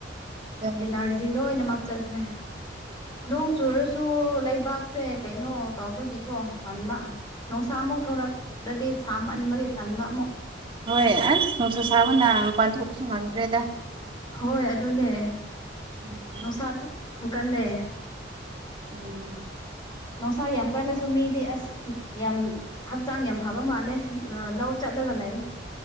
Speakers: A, on the right; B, on the left.
A: ꯑꯗꯨꯅꯦ
B: ꯏꯅꯔꯖꯤ ꯂꯣꯏꯅꯃꯛ ꯆꯠꯈ꯭ꯔꯦ ꯅꯣꯡ ꯆꯨꯔꯁꯨ ꯂꯩꯕꯥꯛꯁꯦ ꯀꯩꯅꯣ ꯇꯧꯕꯒꯤꯀꯣ ꯇꯟꯕ ꯅꯣꯡꯁꯥꯃꯨꯛ ꯊꯣꯔꯛꯂꯗꯤ ꯁꯥꯃꯟꯕꯒꯤ ꯇꯟꯕ ꯑꯃꯨꯛ
A: ꯍꯣꯏ ꯑꯁ ꯉꯣꯡꯁꯥ ꯁꯥꯕꯅ ꯃꯄꯥꯟ ꯊꯣꯛꯄꯁꯨ ꯉꯝꯗ꯭ꯔꯦꯗ
B: ꯍꯣꯏ ꯑꯗꯨꯅꯦ
A: <unintelligible>
B: ꯅꯨꯡꯁꯥꯗꯨ ꯌꯥꯝ ꯀꯜꯂꯦ
A: ꯎꯝ
B: ꯅꯨꯡꯁꯥ ꯌꯥꯝ ꯀꯜꯂꯁꯨ ꯃꯤꯗꯤ ꯑꯁ ꯌꯥꯝ ꯍꯛꯆꯥꯡ ꯌꯥꯝ ꯐꯕ ꯃꯥꯜꯂꯦ ꯂꯧ ꯆꯠꯂꯒ ꯂꯩꯌꯦ